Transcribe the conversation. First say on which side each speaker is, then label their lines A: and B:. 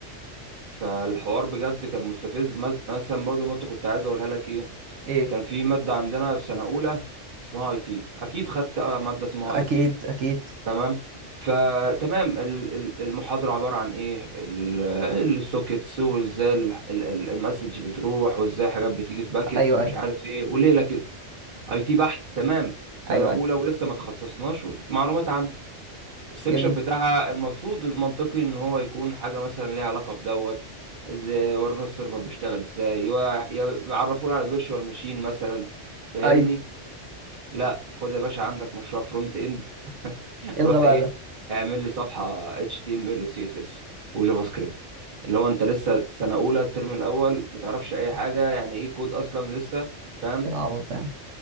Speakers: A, on the right; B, on the right.
A: فالحوار بجد كان مستفز مز- مثلا برضو نقطة كنت عايز اقولها لك ايه
B: ايه
A: كان في مادة عندنا في سنة اولى اسمها اي تي اكيد خدت آه، مادة اسمها
B: اكيد
A: اي تي
B: اكيد
A: تمام فتمام ال- ال- المحاضرة عبارة عن ايه ال- ال- السوكيتس وازاي ال- ال- ال- المسج بتروح وازاي حاجات بتيجي في باكيتس
B: ايوه
A: ومش
B: ايوه
A: عارف ايه وليلة كده اي تي بحت تمام سنة
B: ايوه
A: اولى ولسه ما تخصصناش معلومات عامة السكشن
B: جميل
A: بتاعها المفروض المنطقي ان هو يكون حاجة مثلا ليها علاقة بدوت ازاي ورونا السيرفر بيشتغل ازاي يعرفونا على فيرتشوال ماشين مثلا فاهمني؟
B: ايوه
A: لا خد يا باشا عندك مشروع فرونت اند <laughs>
B: الغى
A: روح
B: بقى
A: ايه
B: ده
A: اعمل لي صفحه اتش تي ام ال وسي اس اس وجافا سكريبت اللي هو انت لسه سنه اولى الترم الاول ما تعرفش اي حاجه يعني ايه كود اصلا لسه فاهم
B: ايه العبط ده يا عم؟